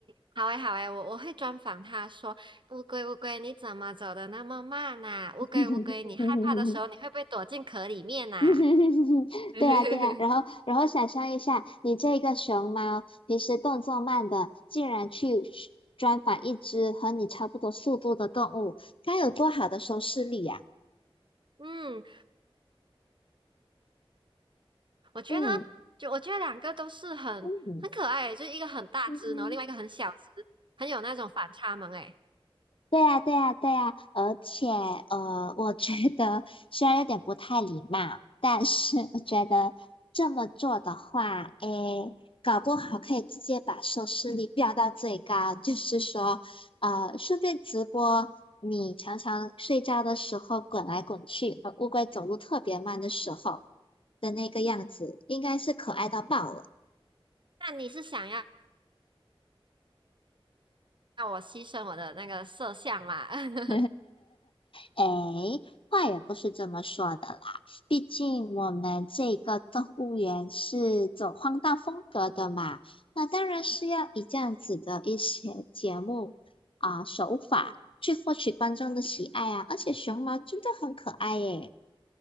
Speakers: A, on the right; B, on the left.
A: 好诶好诶，我我会专访他说，乌龟乌龟，你怎么走的那么慢呐、乌龟乌龟，
B: <laughs>
A: 你害怕的时候，你会不会躲进壳里面呐、
B: <laughs> 嗯哼哼哼哼，
A: <laughs>
B: 对啊对啊，然后然后想象一下，你这个熊猫平时动作慢的，竟然去去专访一只和你差不多速度的动物，该有多好的收视率呀、
A: 嗯，我觉得，
B: 嗯
A: 就我觉得两个都是很很可爱欸，
B: 嗯
A: 就是一个很大只，
B: 嗯。
A: 然后另外一个很小只，很有那种反差萌诶。
B: 对呀，对呀，对呀，而且呃，我觉得虽然有点不太礼貌，但是我觉得这么做的话，诶，搞不好可以直接把收视率飙到最高。就是说，呃，顺便直播你常常睡觉的时候滚来滚去，和乌龟走路特别慢的时候的那个样子，应该是可爱到爆了。
A: 那你是想要让我牺牲我的那个色相嘛？<laughs>
B: <laughs> 哎，话也不是这么说的啦。毕竟我们这个动物园是走荒诞风格的嘛，那当然是要以这样子的一些节目啊、手法去获取观众的喜爱啊。
A: 嗯，
B: 而且熊猫真的很可爱耶。